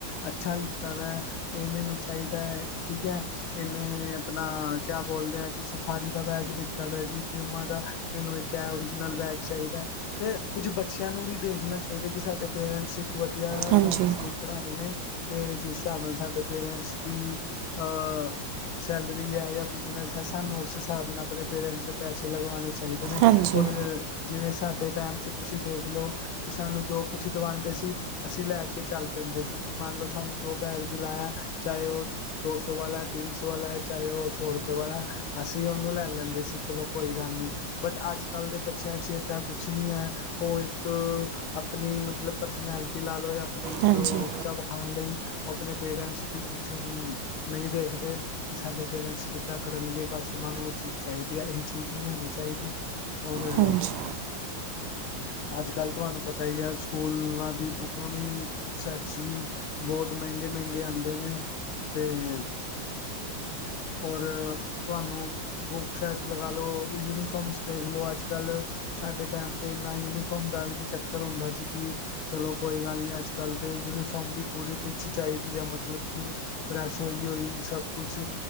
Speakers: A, on the left; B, on the right.
A: ਅੱਛਾ ਲਿੱਤਾ ਦਾ ਹੇ ਇਹ ਮੈਨੂੰ ਚਾਹੀਦਾ ਹੈ, ਠੀਕ ਹੈ। ਇਹਨੇ ਆਪਣਾ ਕਿਆ ਬੋਲਦੇ ਆ ਜੀ, ਸਫਾਰੀ ਦਾ ਬੈਗ ਲਿੱਤਾ ਦਾ ਜੀ ਪਿਉਮਾ ਦਾ ਮੈਨੂੰ ਇੱਕ ਏ ਓਰੀਜਨਲ ਬੈਗ ਚਾਹੀਦਾ ਤੇ ਕੁੱਝ ਬੱਚਿਆਂ ਨੂੰ ਵੀ ਦੇਖ ਨਾ ਚਾਹੀਦਾ ਕਿ ਸਾਡੇ ਪੇਰੈਟਸ ਇਕ ਵਧੀਆ
B: ਹਾਂਜੀ
A: ਸਾਨੂੰ ਸਕੂਲ ਪੜ੍ਹਾਦੇ ਨੇ ਤੇ ਜਿਸ ਹਿਸਾਬ ਨਾਲ ਸਾਡੇ ਪੇਰੈਟਸ ਦੀ ਅਹ ਸੈਲਰੀ ਹੈ ਜਾਂ ਬਿਜਨਸ ਹੈ। ਸਾਨੂੰ ਉਸ ਹਿਸਾਬ ਨਾਲ ਆਪਣੇ ਪੇਰੈਟਸ ਦੇ ਪੈਸੇ ਲਗਵਾਣੇ ਚਾਹੀਦੇ ਨੇ
B: ਹਾਂਜੀ ਹਾਂਜੀ
A: ਔਰ ਜਿਵੇ ਸਾਡੇ ਟਾਈਮ 'ਚ ਤੁਸੀ ਦੇਖ ਲਓ ਕਿ ਸਾਨੂੰ ਜੋ ਕੁਛ ਦਵਾਉਦੇ ਸੀ। ਅਸੀ ਲੈ ਕੇ ਚੱਲ ਪੈਦੇ ਸੀਗੇ ਮੰਨ ਲਓ, ਸਾਨੂੰ ਜੋ ਬੈਗ ਦਿਲਾਇਆ ਚਾਹੇ ਉਹ- ਦੋ ਸੌ ਵਾਲਾ, ਤਿੰਨ ਸੌ ਵਾਲਾ ਹੈ। ਚਾਹੇ ਉਹ ਸੌ ਰੁਪਏ ਵਾਲਾ, ਅਸੀ ਉਹਨੂੰ ਲੈ ਲੈਦੇ ਸੀ ਚਲੋ ਕੋਈ ਗੱਲ ਨਹੀ। ਬਟ, ਅਜ ਕਲ ਦੇ ਬੱਚਿਆਂ ਚ ਏਦਾਂ ਕੁਛ ਨੀ ਹੈ। ਉਹ ਇਕ ਆਪਣੀ ਮਤਲਬ ਪਰਸਨੈਲਿਟੀ ਲਾ ਲਓ ਯਾ ਆਪਣੀ ਇਕ
B: ਹਾਂਜੀ
A: ਉਚਾ ਵਿਖਾਣ ਲਈ ਆਪਣੇ ਪੇਰੈਟਸ ਦੀ ਕੁਛ ਹੂੰ ਨਹੀ ਦੇਖਦੇ। ਕਿ ਸਾਡੇ ਪੇਰੈਟਸ ਕਿੱਦਾਂ ਕਰਨਗੇ ਬਸ, ਉਹਨਾ ਨੂੰ ਉਹ ਚੀਜ ਚਾਹੀਦੀ ਹੈ। ਇਹ ਚੀਜ ਨਹੀ ਹੋਣੀ ਚਾਹੀਦੀ। How are
B: ਹਾਂਜੀ
A: you. <unintelligible> <unintelligible> ਅੱਜ ਕੱਲ੍ਹ ਤੁਹਾਨੂੰ ਪਤਾ ਹੀ ਹੈ ਸਕੂਲਾਂ ਦੀ ਬੁੱਕਾਂ ਵੀ, ਬੁੱਕ ਸੈਟਸ ਵੀ ਬਹੁਤ ਮਹਿੰਗੇ, ਮਹਿੰਗੇ ਆਉਂਦੇ ਨੇ। ਤੇ ਔਰ। ਤੁਹਾਨੂੰ ਬੁੱਕ ਸੈਟ ਲਗਾ ਲੋ, ਯੂਨੀਫਾਰਮਸ ਦੇਖਲੋ ਅੱਜ ਕੱਲ। ਸਾਡੇ ਟਾਈਮ ਤੇ ਇੰਨਾ ਯੂਨੀਫਾਰਮ ਦਾ ਵੀ ਨੀ ਚੱਕਰ ਹੁੰਦਾ ਸੀ ਕਿ ਚਲੋ ਕੋਈ ਗੱਲ ਨਹੀਂ, ਅੱਜ ਕੱਲ ਤੇ ਯੂਨੀਫਾਰਮ ਵੀ ਪੂਰੀ ਟਿਚ ਚਾਹੀਦੀ ਹੈ ਮਤਲਬ ਕਿ ਪ੍ਰੈਸ, ਹੋਇ ਹੁਇ। ਸਭ ਕੁਛ